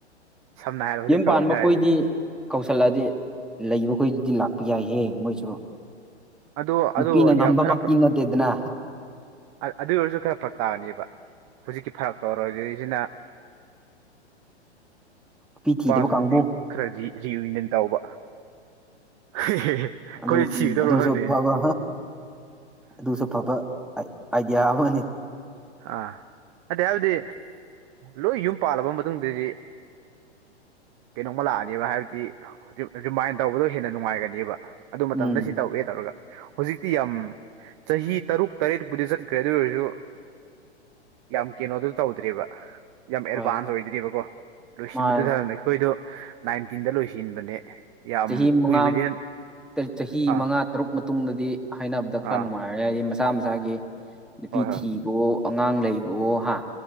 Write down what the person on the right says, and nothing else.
ꯁꯝꯅ ꯍꯥꯏꯔꯕ ꯍꯧꯖꯤꯛ
ꯇꯧꯔꯁꯦ
ꯍꯥꯏꯔꯗꯤ
ꯑꯗꯣ
ꯑꯗꯣ
ꯈꯔ
ꯑꯗꯨ ꯑꯣꯏꯔꯁꯨ ꯈꯔ ꯐꯔꯛ ꯇꯥꯒꯅꯦꯕ ꯍꯧꯖꯤꯛꯀꯤ ꯊꯥꯛ ꯇꯧꯔꯗꯩꯁꯤꯅ
ꯅꯨꯄꯥꯁꯨ
ꯅꯨꯄꯤ ꯈꯔꯗꯤ ꯔꯤꯌꯨꯅꯤꯌꯟ ꯇꯧꯕ ꯑꯩꯈꯣꯏ
ꯁꯤꯒꯗꯕ꯭ꯔꯥ
ꯈꯪꯗꯦꯅꯦ
ꯑꯥ ꯑꯗꯨꯗꯤ ꯍꯥꯏꯕꯗꯤ ꯂꯣꯏ ꯌꯨꯝ ꯄꯥꯜꯂꯕ ꯃꯇꯨꯡꯗꯗꯤ ꯀꯩꯅꯣꯝꯃ ꯂꯥꯛꯑꯅꯦꯕ ꯍꯥꯏꯕꯗꯤ ꯍꯧꯖꯤꯛ ꯔꯤꯃꯥꯏꯟ ꯇꯧꯕꯗꯣ ꯍꯦꯟꯅ ꯅꯨꯡꯉꯥꯏꯒꯅꯦꯕ ꯑꯗꯨ ꯃꯇꯝꯗ
ꯁꯤ ꯇꯧꯑꯦ ꯇꯧꯔꯒ ꯍꯧꯖꯤꯛꯇꯤ ꯌꯥꯝ ꯆꯍꯤ ꯇꯔꯨꯛ ꯇꯔꯦꯠꯄꯨꯗꯤ ꯆꯠꯈ꯭ꯔꯦ ꯑꯗꯨ ꯑꯣꯏꯔꯁꯨ ꯌꯥꯝ ꯀꯩꯅꯣꯗꯨ ꯇꯧꯗ꯭ꯔꯤꯕ ꯌꯥꯝ ꯑꯦꯗꯚꯥꯟꯁ
ꯑꯣꯏꯗ꯭ꯔꯤꯕꯑꯔꯤꯕꯀꯣ ꯂꯣꯏꯁꯤꯟꯕꯗꯨ
ꯊ ꯑꯩꯈꯣꯏꯗꯣ ꯅꯥꯏꯟꯇꯤꯟꯗ ꯂꯣꯏꯁꯤꯟꯕꯅꯦ ꯌꯥꯝ
ꯀꯨꯏꯕꯗꯤ
ꯑꯥ
ꯑꯥ
ꯍꯣꯏ
ꯍꯣꯏ